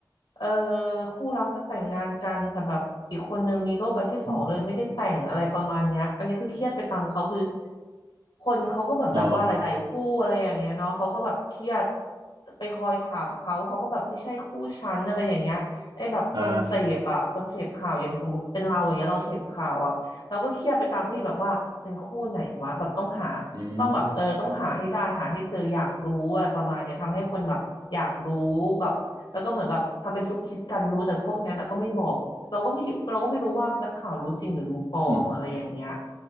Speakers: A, on the left (about 80°); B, on the right (about 80°).
A: เออคู่รักจะแต่งงานกันแต่แบบอีกคนนึงมีโรคใบที่สองเลยไม่ได้แต่งอะไรประมาณเนี้ยอันนี้คือเครียดไปตามเขาคือ
B: อม
A: คนเขาก็เหมือนแบบว่าหลายๆคู่อะไรอย่างเงี้ยเนาะเขาก็แบบเครียด
B: อ๋อ
A: ไปคอยถามเขาเขาก็แบบไม่ใช่คู่ฉันอะไรอย่างเงี้ยไอ้แบบคนเสพอะคนเสพข่าวอย่างสมมติเป็นเราอย่างเงี้ยเราเสพข่าวอะ
B: อ่า
A: เราก็เครียดไปตามเฮ้ยแบบว่าเป็นคู่ไหนวะแบบต้องหา
B: อืม
A: ต้องแบบเออต้องหาให้ได้หาให้เจออยากรู้อะไรประมาณเนี้ยทำให้คนแบบอยากรู้แบบแล้วก็เหมือนแบบทำเป็นซุบซิบกันรู้แต่พวกเนี้ยแล้วก็ไม่บอกเราก็ไม่คิดเราก็ไม่รู้ว่านักข่าวรู้จริงหรือรู้ปลอมอะไรอย่างเงี้ย
B: อืม